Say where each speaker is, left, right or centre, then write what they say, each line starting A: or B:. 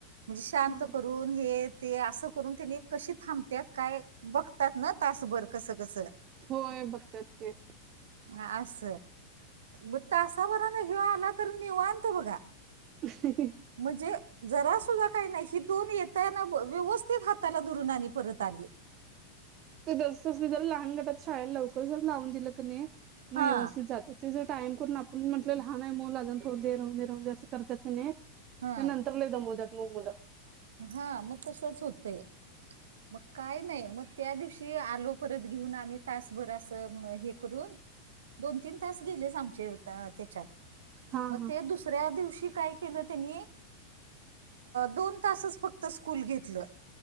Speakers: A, on the right; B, on the right.
A: म्हणजे शांत
B: हा
A: करून हे ते अस करून त्यानी कशी थ त्यात काय बघतात ना तासभर कसं कसं
B: होय बघतात की,
A: हा अस मग तासाभरान ह्यो आला तर निवांत बघा
B: <unintelligible>
A: म्हणजे जरा सुुद्धा काही नाही ही दोन येताना व्यवस्थित हाताला धरुन आणि परत आली.
B: ते दोस्त असले तर लहान गटात शाळेला लवकर जर लावून दिलं कणी मग
A: हा
B: व्यवस्थित जात्यात. तेज टाइम करून आपण म्हटलं लहान आहे मुल अजून थोड देर राऊ दे राहून दे असं करतात कणी ते
A: हा
B: नंतर लई दमवत्यातत मग मुल.
A: हा मग तसच होतय. मग काय नाही मग त्या दिवशी आलो परत घेऊन आम्ही तासभर असं हे करून. दोन तीन तास गेलेच आमचे तेच्यात
B: हा
A: मग
B: हा
A: ते दुसऱ्या दिवशी काय केल त्यांनी दोन तासच फक्त स्कूल घेतलं.